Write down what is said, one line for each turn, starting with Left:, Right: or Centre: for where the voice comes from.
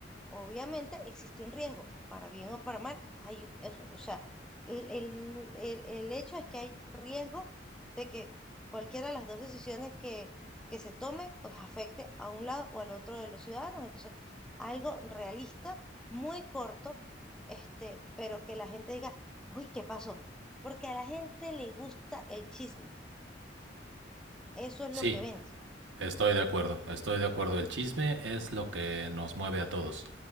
Centre: Obviamente existe un riesgo, para bien o para mal, hay, el- o sea, el, el- el- el hecho es que hay riesgo de que cualquiera de las dos decisiones que, que se tome, pues afecte a un lado o al otro de los ciudadanos. Entonces, algo realista, muy corto, este, pero que la gente diga, uy, ¿qué pasó? Porque a la gente le gusta el chisme, eso es
Right: Sí,
Centre: lo que vende.
Right: Estoy de acuerdo, estoy de acuerdo. El chisme es lo que nos mueve a todos.